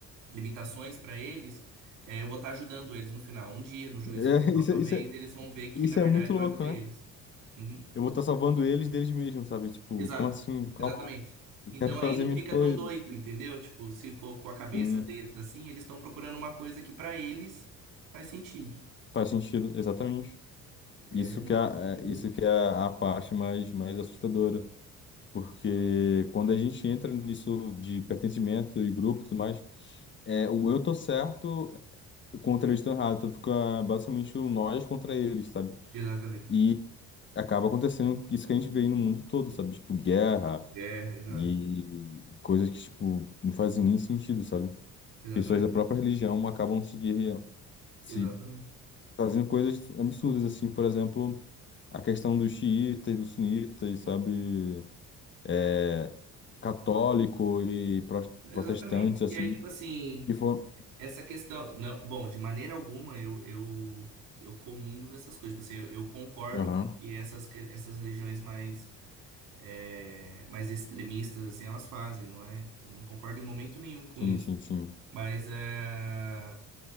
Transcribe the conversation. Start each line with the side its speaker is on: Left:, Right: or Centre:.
Right: limitações para eles, é, eu vou estar ajudando eles no final. Um dia, no juízo
Left: É, <laughs>
Right: final,
Left: isso,
Right: talvez,
Left: é- isso,
Right: eles vão ver que,
Left: Isso
Right: na verdade,
Left: é muito louco,
Right: eu ajudei
Left: né?
Right: eles. Uhum.
Left: Eu vou estar salvando eles deles mesmos, sabe? Tipo,
Right: Exato,
Left: como assim? Calma
Right: exatamente.
Left: lá. Eu
Right: Então
Left: quero fazer
Right: aí não
Left: minhas
Right: fica
Left: coisas.
Right: tão doido, entendeu? Tipo, se for com a cabeça
Left: Sim,
Right: deles assim, eles estão procurando uma coisa que pra eles faz sentido.
Left: faz sentido, exatamente.
Right: É
Left: Isso
Right: muito
Left: que é, é-
Right: doido.
Left: isso que é a parte mais, mais assustadora. Porque quando a gente entra nisso de pertencimento e grupo e tudo mais, é, o eu tô certo contra eles estão errados. Então fica basicamente o nós contra eles, sabe?
Right: Exatamente.
Left: E acaba acontecendo isso que a gente vê aí no mundo todo, sabe? Tipo, guerra
Right: É, exato.
Left: e coisas que, tipo, não fazem nem sentido, sabe?
Right: Exatamente.
Left: pessoas da própria religião acabam se guerreando, se
Right: Exatamente.
Left: fazendo coisas absurdas, assim, por exemplo, a questão dos xiitas, dos sunitas, sabe, é, católico e pro-
Right: Exatamente.
Left: protestantes, assim,
Right: E aí, tipo assim,
Left: que foram...
Right: essa questão. Não, bom, de maneira alguma eu, eu, eu comungo dessas coisas. Tipo assim, eu, eu concordo
Left: Aham,
Right: com o que essas, que- essas religiões mais, é, mais extremistas, assim, elas fazem, não é? Eu não concordo em momento nenhum com
Left: Sim,
Right: isso.
Left: sim, sim,
Right: Mas é,